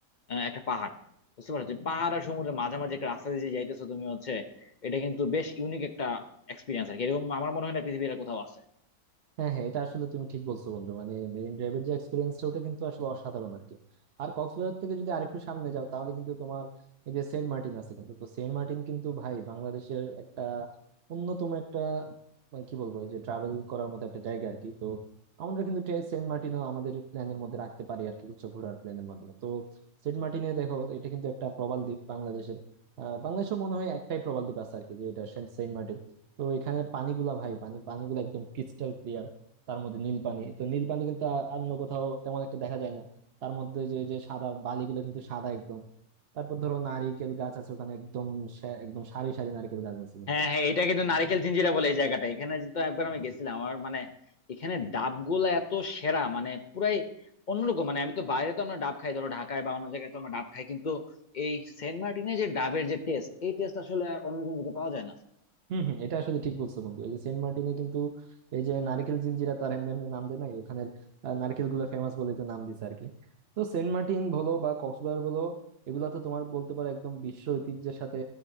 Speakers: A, on the left; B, on the right.
A: আহ, একটা পাহাড় বুঝতে পারছো তুমি পাহাড় আর সমুদ্রের মাঝামাঝি একটা রাস্তা দিয়ে যে যাইতেছো তুমি হচ্ছে এটা কিন্তু বেশ ইউনিক একটা এক্সপিরিয়েন্স আর কি এরকম আমার মনে হয় না পৃথিবীর আর কোথাও আছে
B: হ্যাঁ হ্যাঁ এটা আসলে তুমি ঠিক বলছো বন্ধু মানে মেরিন ড্রাইভের যে এক্সপিরিয়েন্সটা ওটা কিন্তু আসলে অসাধারণ আর কি আর কক্সবাজার থেকে যদি আরেকটু সামনে যাও তাহলে কিন্তু তোমার এই যে সেন্ট মার্টিন আছে কিন্তু তো সেন্ট মার্টিন কিন্তু ভাই বাংলাদেশের একটা অন্যতম একটা মানে কি বলবো এই যে ট্রাভেল করার মতো একটা জায়গা আর কি তো আমরা কিন্তু টে- সেন্ট মার্টিনও আমাদের প্ল্যানের মধ্যে রাখতে পারি আর কি উচ্চ ঘোরার প্ল্যানের মাধ্যমে তো সেন্ট মার্টিনে দেখো এটা কিন্তু একটা প্রবাল দ্বীপ বাংলাদেশের আহ বাংলাদেশে মনে হয় একটাই প্রবাল দ্বীপ আছে আর কি যে এটা সেন্ট সেন্ট মার্টিন তো এখানের পানিগুলা ভাই পানি পানিগুলো একদম ক্রিস্টাল তার মধ্যে নীল পানি তো নীল পানি কিন্তু আ- আর অন্য কোথাও তেমন একটা দেখা যায় না তার মধ্যে যে যে সাদা বালিগুলো কিন্তু সাদা একদম তারপর ধরো নারিকেল গাছ আছে ওখানে একদম সা- একদম সারি সারি নারকেল গাছ আছে কিন্তু
A: হ্যাঁ হ্যাঁ এটা কিন্তু নারিকেল জিঞ্জিরা বলে এই জায়গাটা এখানে তো একবার আমি গেছিলাম আমার মানে এখানে ডাবগুলা এত সেরা মানে পুরাই অন্যরকম মানে আমি তো বাইরে তো আমরা ডাব খাই ধরো ঢাকায় বা অন্য জায়গায় তো আমরা ডাব খাই কিন্তু এই সেন্ট মার্টিনে যে ডাবের যে টেস্ট এই টেস্ট আসলে আর অন্য কোনো দিকে পাওয়া যায় না
B: হম হম এটা আসলে ঠিক বলছো বন্ধু এই যে সেন্ট মার্টিনে কিন্তু এই যে নারকেল জিঞ্জিরা তার এমনি এমনি নাম দেয় নাই ওখানের নারকেল গুলো ফেমাস বলেই তো নাম দিছে আর কি তো সেন্ট মার্টিন বলো বা কক্সবাজার বলো এগুলা তো তোমার বলতে পারো একদম বিশ্ব ঐতিহ্যের সাথে